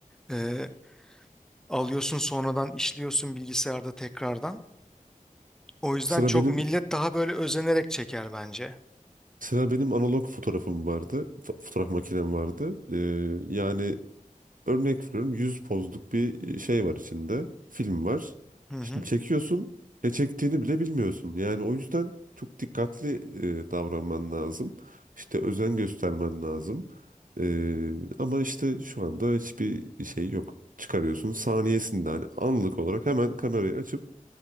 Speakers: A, in the centre; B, on the right.
A: e, alıyorsun sonradan işliyorsun bilgisayarda tekrardan. O yüzden
B: Sıra
A: çok
B: benim
A: millet daha böyle özenerek çeker bence.
B: Sıra benim analog fotoğrafım vardı. F- fotoğraf makinem vardı. E, yani Örnek veriyorum 100 pozluk bir e, şey var içinde. Film var.
A: Hı hı.
B: Şimdi çekiyorsun ne çektiğini bile bilmiyorsun. Yani o yüzden çok dikkatli e, davranman lazım. İşte özen göstermen lazım. E, ama işte şu anda hiçbir şey yok. Çıkarıyorsun saniyesinde hani anlık olarak hemen kamerayı açıp